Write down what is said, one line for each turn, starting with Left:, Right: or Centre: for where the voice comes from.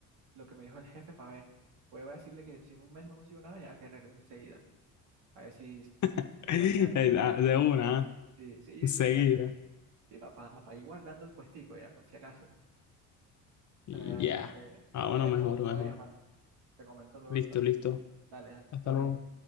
Right: lo que me dijo el jefe para ver. Voy a decirle que si en un mes no consigo nada, ya que regreso enseguida. A ver si
Left: <laughs> De
Right: hacen algo.
Left: ah, de una, ah,
Right: Sí, sí,
Left: enseguida.
Right: sí, la- sí, papá, para ir guardando el puestico ya, por si acaso.
Left: Y
Right: Pero ya te,
Left: ya.
Right: te-
Left: Ah, bueno,
Right: te dejo,
Left: mejor,
Right: lo
Left: mejor.
Right: voy a llamar. Te comento luego
Left: Listo,
Right: entonces.
Left: listo.
Right: Dale, dale,
Left: Hasta
Right: todo
Left: luego.
Right: bien.